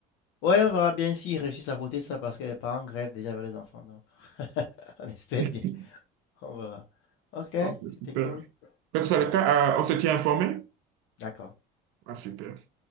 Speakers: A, on the left; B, on the right.
A: Ouais, on verra bien s'ils réussissent à voter ça parce que les parents grèvent déjà avec les enfants. Donc, <laughs> on espère
B: <laughs>
A: bien. On verra. Ok,
B: Ok, super.
A: c'était cool.
B: Quel que soit
A: Ouais,
B: le cas, euh, on se tient informé?
A: D'accord.
B: Ah, super.